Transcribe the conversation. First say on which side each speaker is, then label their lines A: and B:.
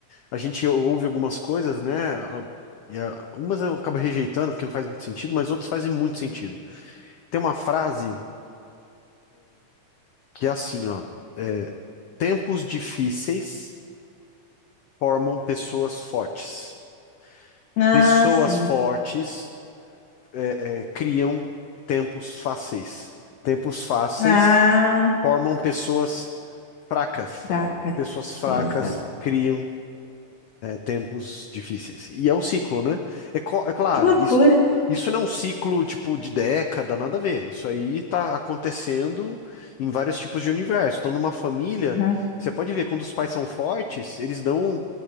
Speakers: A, on the left (about 85°); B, on the left (about 60°).
A: a gente ouve algumas coisas, né? a- E a- umas eu acabo rejeitando porque não faz muito sentido, mas outras fazem muito sentido. Tem uma frase que é assim, ó. é, Tempos difíceis formam pessoas fortes.
B: Ah,
A: Pessoas
B: sim.
A: fortes é, é, criam tempos fáceis. Tempos fáceis
B: Ah,
A: formam pessoas fracas.
B: fracas.
A: Pessoas fracas
B: Exato.
A: criam Tempos difíceis. E é um ciclo, né? É, co- é claro,
B: Que loucura.
A: isso, isso não é um ciclo tipo de década, nada a ver. Isso aí tá acontecendo em vários tipos de universo. Então, numa família,
B: Uhum.
A: você pode ver, quando os pais são fortes, eles dão